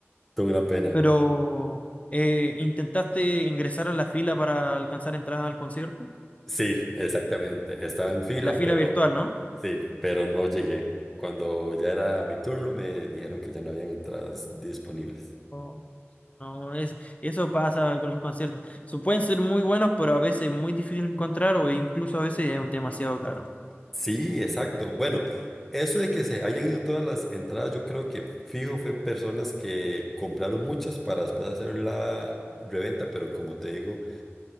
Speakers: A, in the centre; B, on the left.
A: Tuve una pena.
B: Pero eh, intentaste ingresar a la fila para alcanzar entradas al concierto.
A: Sí, exactamente. Estaba en fila,
B: La fila
A: pero
B: virtual, ¿no?
A: sí, pero no llegué. Cuando ya era mi turno, me dijeron que ya no habían entradas disponibles.
B: Oh, no, eso, eso pasa con los conciertos. So, pueden ser muy buenos, pero a veces muy difícil encontrar o incluso a veces es demasiado caro.
A: Sí, exacto. Bueno, eso de que se hayan ido todas las entradas, yo creo que fijo fue personas que compraron muchas para después hacer la reventa, pero como te digo,